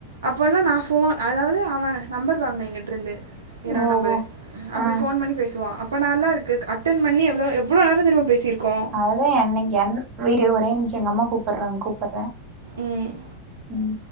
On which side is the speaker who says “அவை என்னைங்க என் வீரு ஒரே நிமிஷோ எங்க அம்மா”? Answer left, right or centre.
Right